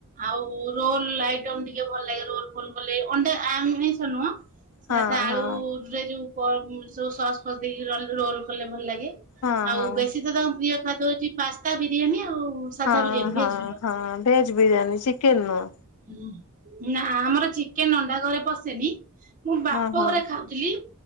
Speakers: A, on the right; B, on the left.
A: ଆଉ ରୋଲ ଆଇଟମ ଟିକେ ଭଲ ଲାଗେ ରୋଲ ଫୋଲ କଲେ ଅଣ୍ଡା ଆମିଷ ନୁହେଁ। ସାଧା
B: ହଁ
A: ଆଳୁରେ
B: ହଁ
A: ଯୋଉ ପ ସସ୍ ଫସ ଦେଇକି ରୋଲ କଲେ ଭଲ ଲାଗେ।
B: ହଁ
A: ଆଉ
B: ହଁ।
A: ବେଶୀ ତ ତାଙ୍କ ପ୍ରିୟ ଖାଦ୍ୟ ହଉଛି ପାସ୍ତା ବିରିୟାନୀ ଆଉ। ସାଧା
B: ହଁ
A: ବିରିୟାନୀ
B: ହଁ
A: ଭେଜ ବିରିୟାନୀ।
B: ହଁ ଭେଜ୍ ବିରିୟାନୀ ଚିକେନେ ନୁଅ।
A: ହୁଁ। ନା ଆମର ଚିକେନେ ଅଣ୍ଡା ଘରେ ପଶେନି। ମୁଁ ବାପ
B: ହଁ ହଁ।
A: ଘରେ ଖାଉ ଥିଲି।